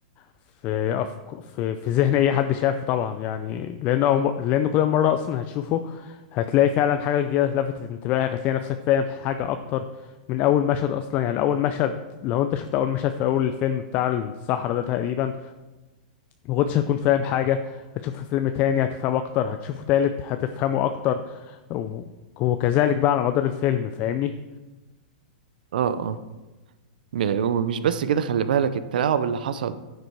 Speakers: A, on the left (about 35°); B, on the right (about 75°).
A: في أفك... في في ذهن اي حد شافه طبعا يعني لان أو... لان كل مره اصلا هتشوفه هتلاقي فعلا حاجه جديده لفتت انتباهك هتلاقي نفسك فاهم حاجه اكتر من اول مشهد اصلا يعني اول مشهد لو انت شفت اول مشهد في اول الفيلم بتاع الصحراء ده تقريبا ما كنتش هتكون فاهم حاجه هتشوف في فيلم تاني هتفهم اكتر هتشوفه تالت هتفهمه اكتر و... وكذلك بقى على مدار الفيلم فاهمني
B: اه اه م- ومش بس كده خلي بالك التلاعب اللي حصل